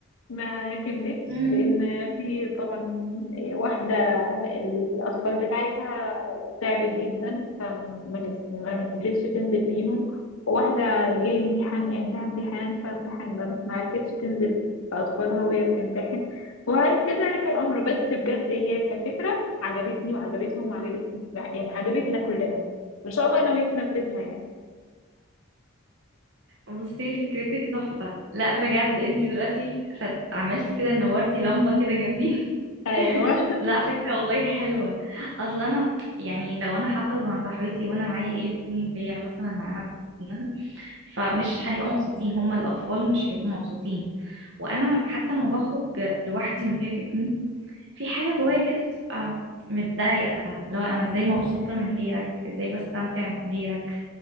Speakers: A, on the left (about 80°); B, on the right (about 55°).
A: ما كملتش
B: مم.
A: لان في طبعا واحده الاطفال بتاعتها تعبت جدا فما نز- ما قدرتش تنزل بيهم وواحده جاي امتحان عندها امتحان فامتحان ما ما عرفتش تنزل باطفالها وهي بتمتحن وكذلك الامر بس بجد هي كفكره عجبتني وعجبتهم وعجبت يعني عجبتنا كلنا وان شاء الله ناويين ننفذها يعني
B: بصي فكرتك تحفة لا بجد انتي دلوقتي فت- عملتي كده نورتي لمبة كده جنبي
A: ايوه
B: <laughs>
A: <laughs>
B: لا فكرة والله حلوة اصل انا يعني لو انا هخرج مع صاحبتي وانا معايا إيه ابني وهي مثلا معاها ابنها فمش هنبقى مبسوطين هما الاطفال مش هيبقوا مبسوطين وانا حتى لما بخرج لوحدي من غير ابني في حاجة جوايا كده بتبقى متضايقة لو انا ازاي مبسوطة
A: مم.
B: من غيرك ازاي بستمتع من غيرك